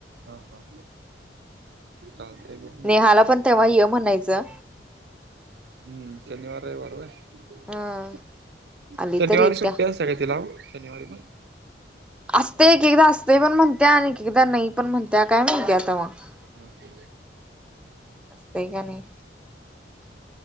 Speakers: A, on the right (about 60°); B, in the centre.
A: हा हा चालतय बघ
B: नेहांला पणं तेंव्हां ये म्हणांयचं...
A: हम्मं शनिवार रविवारी आहे
B: अं आली
A: शनिवारी
B: तर इत्या.
A: सुट्टी असते कायं तीलां शनिवारी पणं
B: असते के कां असं. ते पणं म्हणत्यां आणि एकदाचं नाहीं पणं म्हणत्यां कायं म्हणतं आंता मगं.
A: हा हा
B: असतय का नाही